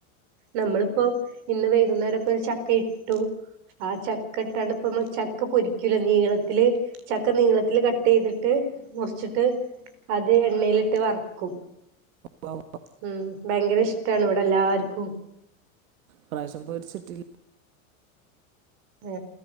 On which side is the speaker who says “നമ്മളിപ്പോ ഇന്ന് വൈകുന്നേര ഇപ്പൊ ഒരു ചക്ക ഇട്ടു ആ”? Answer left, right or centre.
Right